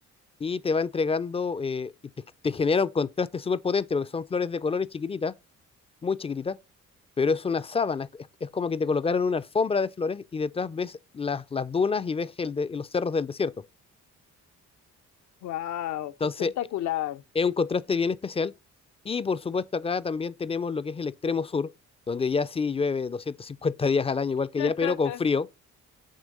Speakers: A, on the left; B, on the left.
A: y te va entregando, eh, y te, te genera un contraste súper potente, porque son flores de colores chiquititas, muy chiquititas, pero es una sábana, es, es como que te colocaron una alfombra de flores y detrás ves las, las dunas y ves el de- los cerros del desierto.
B: wow,
A: Entonces,
B: qué espectacular.
A: es un contraste bien especial. Y por supuesto, acá también tenemos lo que es el extremo sur, donde ya sí llueve 250 días al año, igual que
B: <laughs>
A: allá, pero con frío